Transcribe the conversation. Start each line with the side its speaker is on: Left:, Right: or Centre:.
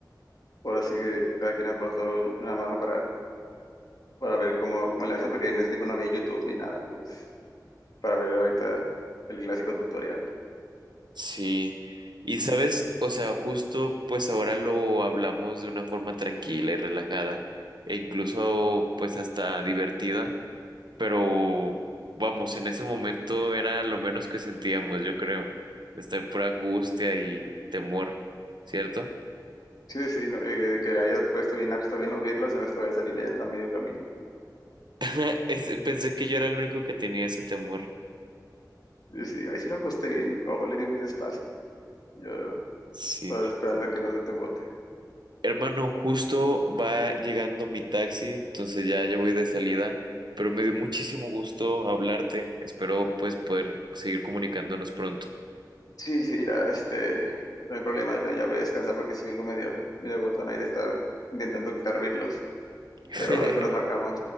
Left: ahora sí que cada quien aportó una mano para, para ver cómo, cómo le hacían, porque en ese tiempo no había YouTube ni nada, pues para ver ahorita el clásico tutorial.
Right: Sí. Y sabes, o sea, justo pues ahora lo hablamos de una forma tranquila y relajada e incluso pues hasta divertida, pero vamos, en ese momento era lo menos que sentíamos, yo creo. Esta pura angustia y temor, ¿cierto?
Left: Sí, sí, no, y de que le hayas puesto bien, ajustado bien los birlos y no esta a salir la llanta a medio camino.
Right: <laughs> Es- Pensé que yo era el único que tenía ese temor.
Left: Y Yo sí, ay, sí lo ajusté bien, ojo, le di muy despacio. Yo
Right: Sí.
Left: estaba esperando que no se te bote.
Right: Hermano, justo va llegando mi taxi, entonces ya, ya voy de salida, pero me dio muchísimo gusto hablarte. Espero pues poder seguir comunicándonos pronto.
Left: Sí, sí, ya, este, no hay problema, yo también ya voy a descansar porque si vengo medio, medio agotado ahí de estar intentando quitar birlos.
Right: <laughs>
Left: Pero después nos marcamos,